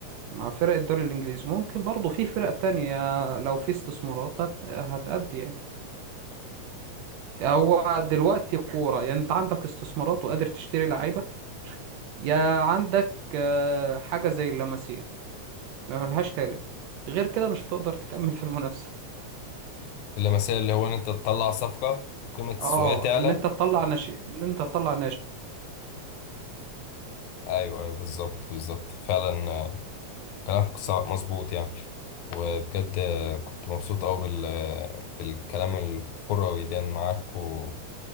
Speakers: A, on the right; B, on the left.
A: مع فرق الدوري الإنجليزي ممكن برضه في فرق تانية لو في استثمارات هت- هتأدي يعني هو دلوقتي كورة يعني أنت عندك استثمارات وقادر تشتري لعيبة يا عندك آه، حاجة زي اللمسية ما ملهاش تالت غير كده مش هتقدر تكمل في المنافسة
B: اللمسيه اللي هو ان انت تطلع صفقه وقيمه السوقيه
A: اه
B: تعلى
A: ان انت تطلع ناشئ ان انت تطلع
B: ايوه ايوه بالظبط بالظبط فعلا آه، كلامك ص- مظبوط يعني وبجد آه، كنت مبسوط قوي بال آه، بالكلام الكروي ده معاك و...